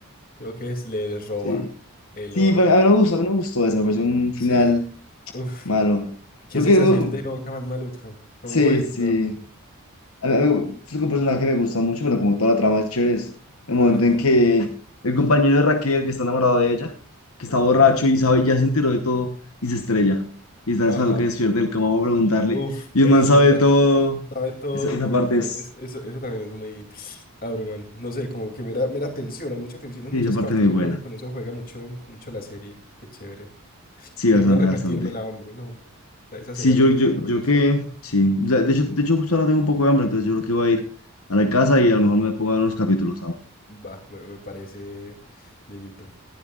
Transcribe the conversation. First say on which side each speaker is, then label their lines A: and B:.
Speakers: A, on the left; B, on the left.
A: Creo que es, le les roba
B: Sí.
A: el
B: Sí,
A: oro.
B: a mí me gustó, a mí me gustó eso, me pareció un
A: Sí.
B: final
A: Uf.
B: Malo.
A: Qué
B: Yo
A: sensación
B: que, bueno,
A: de boca más maluca. Como,
B: sí,
A: uy,
B: sí.
A: no.
B: A mí- a mí- es un personaje que me gusta mucho, pero como toda la trama es chévere, es el momento
A: Ajá.
B: en que el compañero de Raquel, que está enamorado de ella, que
A: Ajá.
B: está borracho y sabe, ya se enteró de todo y se estrella. Y está
A: Ajá.
B: esperando que despierte el cama para preguntarle.
A: Uf,
B: Y
A: es
B: el man sabe
A: verdad.
B: de todo.
A: Sabe todo
B: Esa, esa
A: y
B: parte
A: uy, no,
B: es,
A: es, eso, eso también es muy abrumante. No sé, como que mera, mera tensión, hay mucha tensión en
B: sí,
A: muchas
B: esa parte
A: partes.
B: es muy
A: Yo
B: buena.
A: creo que con eso juega mucho, mucho la serie. Qué chévere.
B: Sí,
A: Debería
B: bastante,
A: repetírmela,
B: bastante.
A: hombre, no. O sea, esa
B: Sí,
A: sería
B: yo,
A: meritar
B: yo,
A: repetírsela.
B: yo que, sí. O sea, De hecho, de hecho, justo ahora tengo un poco de hambre, entonces yo creo que voy a ir a la casa
A: Ujú.
B: y a lo mejor me pongo a ver unos capítulos aún.
A: Va, me, me parece, Dieguito.